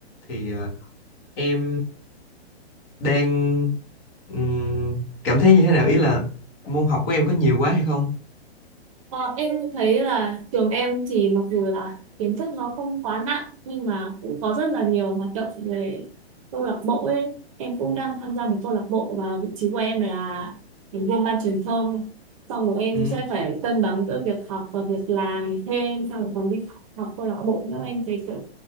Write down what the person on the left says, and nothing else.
thì ờ, em đang ừm, cảm thấy như thế nào ý là môn học của em có nhiều quá hay không
Ừm,